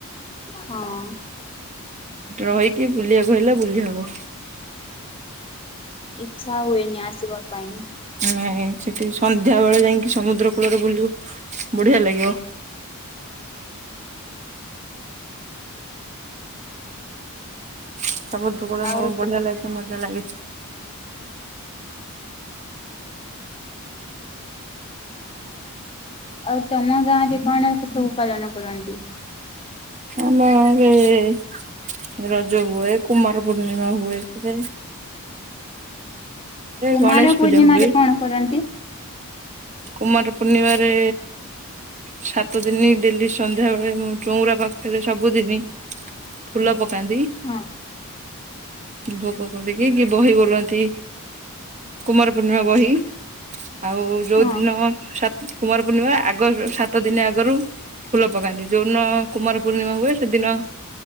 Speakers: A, on the left (about 25°); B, on the right (about 30°).
A: ହଁ
B: ରହିକି ବୁଲିବାକୁ ହେଲା ବୁଲି ହବ
A: ଇଛା ହୁଏନି ଆସିବା ପାଇଁ।
B: ନାଇଁ ସେଠି ସନ୍ଧ୍ୟା ବେଳେ ଯାଇକି ସମୁଦ୍ର କୂଳରେ ବୁଲିବୁ, ବଢିଆ ଲାଗିବ। ସମୁଦ୍ର କୂଳ
A: ଆଉ ତ-
B: ବଢିଆ ଲାଗେ, ମଜା ଲାଗେ।
A: ଆଉ ତମ ଗାଁ ରେ କଣ ସେ ସବୁ ପାଳନ କରନ୍ତି?
B: ଆମ ଗାଁରେ ରଜ ହୁଏ, କୁମାର ପୂର୍ଣ୍ଣିମା ହୁଏ, ସେ
A: କୁମାର
B: ଗଣେଶ ପୂଜା
A: ପୂର୍ଣ୍ଣିମାରେ
B: ହୁଏ
A: କଣ କରନ୍ତି?
B: କୁମାର ପୂର୍ଣ୍ଣିମାରେ ସାତ ଦିନ ଡେଲି ସନ୍ଧ୍ୟା ବେଳେ, ମୁଁ ଚଉଁରା ପାଖରେ ସବୁଦିନି ଫୁଲ ପକାନ୍ତି।
A: ହଁଅ
B: ଭୋଗ କରକି, କି ବହି ବୋଲନ୍ତି। କୁମାର ପୂର୍ଣ୍ଣିମା ବହି। ଆଉ ଯୋଉ
A: ହଁ
B: ଦିନ ସ କୁମାର ପୂର୍ଣ୍ଣିମା ଆଗ, ସାତ ଦିନ ଆଗରୁ ଫୁଲ ପକାନ୍ତି, ଯୋଉଦିନ କୁମାର ପୂର୍ଣ୍ଣିମା ହୁଏ, ସେଦିନ